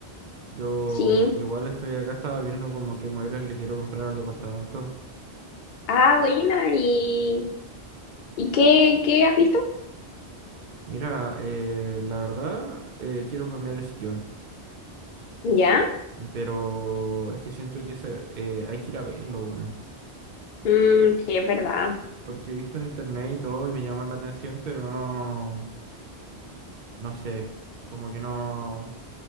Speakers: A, on the right; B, on the left.
A: Yo
B: Sí.
A: igual estoy acá, estaba viendo como qué muebles le quiero comprar al departamento.
B: Ah, buena. ¿Y, y qué, qué has visto?
A: Mira, eh, la verdad, eh, quiero cambiar el sillón.
B: ¿Ya?
A: Pero es que siento que ese, eh, hay que ir a verlo, weón.
B: Mm, sí, es verdad.
A: Porque he visto en internet y todo y me llama la atención, pero no, no sé. Como que no,